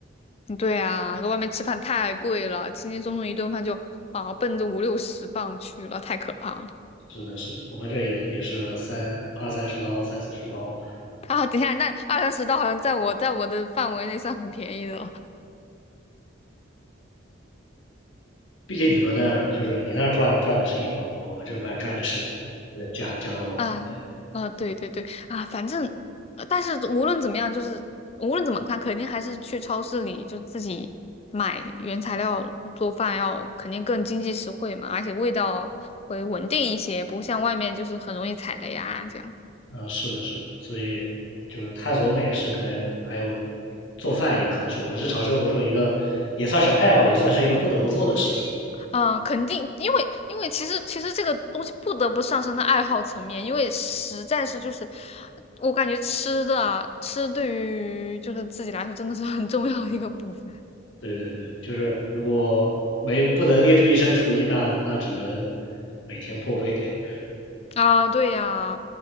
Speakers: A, on the left; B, on the left.
A: 嗯对啊，在外面吃饭太贵了，轻轻松松一顿饭就啊奔着五六十磅去了，太可怕了。
B: 是的，是的，我们这也也是三二三十刀，三四十刀。
A: 啊，等一下，那二三十刀好像在我在我的范围内算很便宜的了
B: 毕竟你们那儿就是你那儿赚赚的是英包，我们这边赚的是呃加加刀。
A: 啊
B: 对，
A: 啊，对对对啊，反正，呃但是无论怎么样，就是无论怎么看，肯定还是去超市里就自己买原材料做饭要肯定更经济实惠嘛，而且味道会稳定一些，不像外面就是很容易踩雷啊这样。
B: 嗯，是的，是的。所以就是探索美食，可能还有做饭，也可能是我们日常生活中一个也算是爱好，也算是一个不得不做的事情。
A: 嗯，肯定，因为因为其实其实这个东西不得不上升到爱好层面，因为实在是就是我感觉吃的啊，吃对于就是自己来说真的是很重要的一个部分
B: 对对对，就是如果没不能练就一身厨艺，那那只能每天破费。<laughs>
A: 啊，对呀，